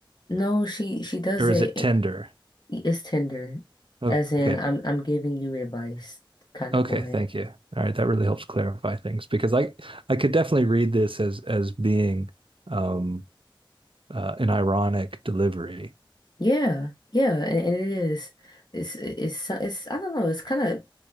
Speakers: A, on the left (about 55°); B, on the right (about 75°).
A: No, she she does
B: or
A: it.
B: is it tender?
A: It's tender,
B: Okay,
A: as in I'm I'm giving you advice kind
B: okay,
A: of way.
B: thank you. All right, that really helps clarify things because I I could definitely read this as as being um, uh, an ironic delivery.
A: Yeah, yeah, and, and it is. It's it's it's I don't know. It's kind of